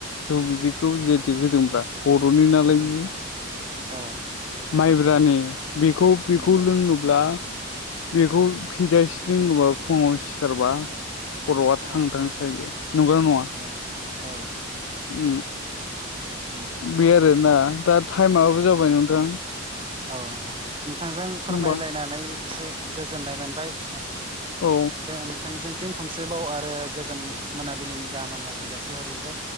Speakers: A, on the left; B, on the right.
A: जौ बिदिखौ जेथिक होदोंब्ला बर'नि नालाय बियो
B: औ
A: माइब्रानि बेखौ बेखौ
B: उम
A: लोङोब्ला बेखौ फिजासे लोङोबा फुङाव सिखारबा खर'आ
B: औ
A: थां थां हायो नंगौना नङा?
B: औ औ।
A: उ।
B: ओ।
A: बे आरोना। दा टाइमाबो जाबाय नोंथां।
B: औ नोंथांजों
A: होमबा
B: फोरमायलायनानै एसे गोजोननाय मोनबाय।
A: औ।
B: नोंथांनिसिम फिन खमसेबाव आरो गोजोन मोनाबिलिनि गाहाम हामलायथि जासि हरबावबाय।